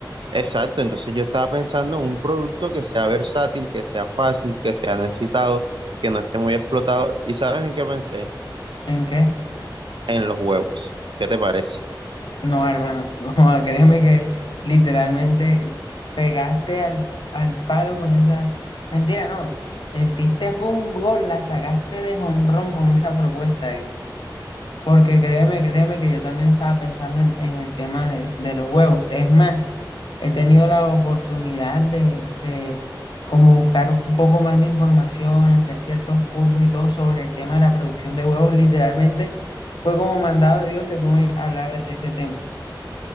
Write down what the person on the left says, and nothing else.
¿En qué?
No, hermano. <laughs> No, créeme que literalmente pegaste al, al palo con esa. Mentira, no. Metiste fue un gol, la sacaste de jonrón con esa propuesta ahí. Porque créeme, créeme que yo también estaba pensando en, en el tema de, de los huevos. Es más, he tenido la oportunidad de, de como buscar un poco más de información, hacer ciertos cursos y todo sobre el tema de la producción de huevos. <laughs> Literalmente fue como mandado de Dios que tú me hablaras de ese tema.